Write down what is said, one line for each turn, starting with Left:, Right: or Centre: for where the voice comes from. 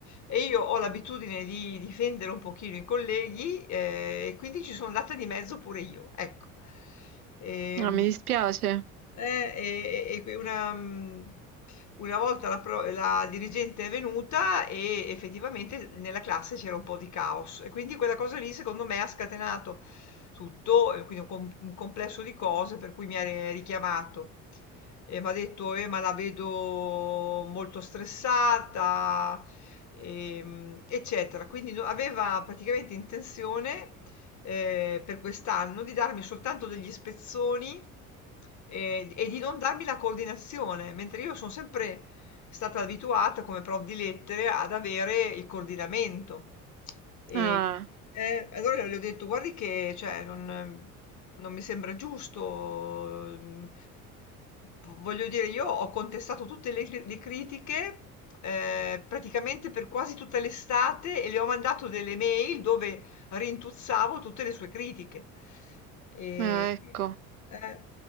Left: E io ho l'abitudine di difendere un pochino i colleghi, ehm, e quindi ci sono andata di mezzo pure io, ecco. Ehm
Right: Ah, mi dispiace.
Left: eh, e e e que una mhmm, una volta la pro la dirigente è venuta e effettivamente nella classe c'era un po' di caos e quindi quella cosa lì secondo me ha scatenato tutto, e quindi un com un complesso di cose per cui mi ha ri richiamato e m'ha detto: "Eh, ma la vedo molto stressata, ehm, eccetera. Quindi no- aveva praticamente intenzione eh, per quest'anno di darmi soltanto degli spezzoni eh, e di non darmi la coordinazione, mentre io sono sempre stata abituata come prof di lettere ad avere il coordinamento. E,
Right: Ah,
Left: eh, allora le ho detto, guardi che cioè, non, non mi sembra giusto. mm, Voglio dire, io ho contestato tutte le, le critiche eh, praticamente per quasi tutta l'estate e le ho mandato delle mail dove rintuzzavo tutte le sue critiche. E,
Right: ah, ecco,
Left: eh,